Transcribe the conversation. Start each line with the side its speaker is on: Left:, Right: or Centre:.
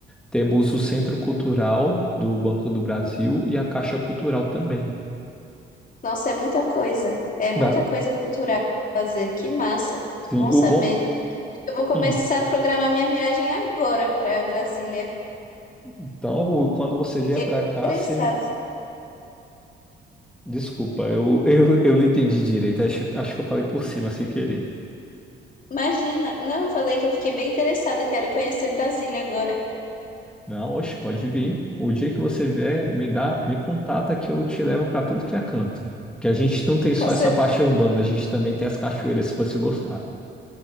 Centre: Temos o Centro Cultural do Banco do Brasil e a Caixa Cultural também.
Left: Nossa, é muita coisa. É muita
Centre: Ah,
Left: coisa cultural pra fazer. Que massa.
Centre: Sim,
Left: Bom
Centre: o
Left: saber.
Centre: bom.
Left: Eu vou começar
Centre: Hum,
Left: a programar minha viagem agora para Brasília.
Centre: Então, quando você
Left: Fiquei
Centre: vier para cá,
Left: interessada.
Centre: você. Desculpa, eu, <laughs> eu, eu não entendi direito. Acho, acho que eu falei por cima sem querer.
Left: Imagina, não, falei que eu fiquei bem interessada, quero conhecer Brasília agora.
Centre: Não, oxe, pode vir. O dia que você vier, me dá, me contata que eu te levo para tudo que é canto. Que a gente não tem só
Left: <laughs> Com certeza.
Centre: essa parte urbana, a gente também tem as cachoeiras, se você gostar.